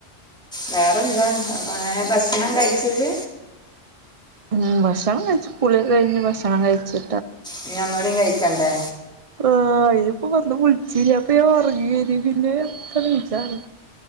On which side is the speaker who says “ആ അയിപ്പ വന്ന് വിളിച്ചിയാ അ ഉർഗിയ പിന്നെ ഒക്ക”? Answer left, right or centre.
Right